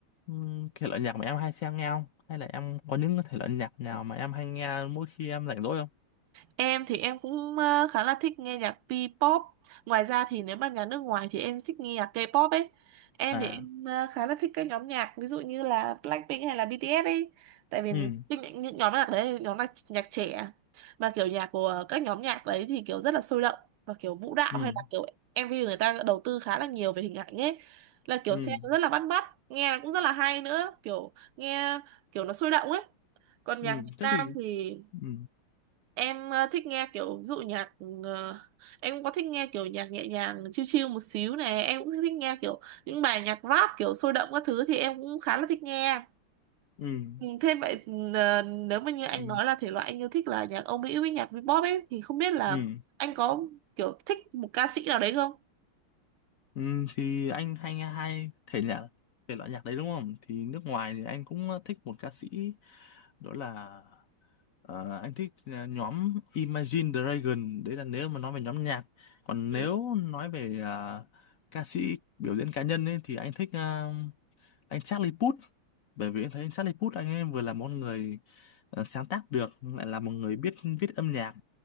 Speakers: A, on the left; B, on the right.
A: ừm, thể loại nhạc mà em hay xem nghe không? Hay là em có những thể loại nhạc nào mà em hay nghe mỗi khi em rảnh rỗi không?
B: Em thì em cũng ờ, khá là thích nghe nhạc P-pop. Ngoài ra thì nếu mà nhạc nước ngoài thì em thích nghe nhạc K-pop ấy. Em
A: À,
B: thì em ờ, khá là thích các nhóm nhạc ví dụ như là Blackpink hay là BTS ấy. Tại vì
A: ừ,
B: cái nhạc- những nhóm nhạc đấy là nhóm nhạc, nhạc trẻ mà kiểu nhạc của các nhóm nhạc đấy thì kiểu rất là sôi động và kiểu vũ đạo
A: ừ,
B: hay là kiểu MV người ta đầu tư khá là nhiều về hình ảnh ấy. Là kiểu
A: ừ,
B: xem rất là bắt mắt, nghe cũng rất là hay nữa, kiểu nghe kiểu nó sôi động ấy. Còn
A: ừ,
B: nhạc Việt
A: thế
B: Nam
A: thì,
B: thì
A: ừ,
B: Em ờ, thích nghe kiểu ví dụ nhạc ờ, em cũng có thích nghe kiểu nhạc nhẹ nhàng chill chill một xíu này, em cũng thích nghe kiểu những bài nhạc rap kiểu sôi động các thứ thì em cũng khá là thích nghe.
A: ừ,
B: Ừ, Thế vậy ừ, ờ, nếu mà như anh
A: ừ,
B: nói là thể loại anh yêu thích là nhạc Âu Mỹ với nhạc pop ấy thì không biết là
A: ừ,
B: anh có kiểu thích một ca sĩ nào đấy không?
A: ừ, thì anh hay nghe hai thể nhạc, thể loại nhạc đấy đúng không? Thì nước ngoài thì anh cũng ờ, thích một ca sĩ, đó là Ờ, anh thích à, nhóm Imagine Dragon đấy là nếu mà nói về nhóm nhạc còn
B: Ừ.
A: nếu nói về à, ca sĩ biểu diễn cá nhân ấy, thì anh thích à, anh Charlie Puth bởi vì em thấy Charlie Puth anh ấy vừa là một người à, sáng tác được lại là một người biết viết âm nhạc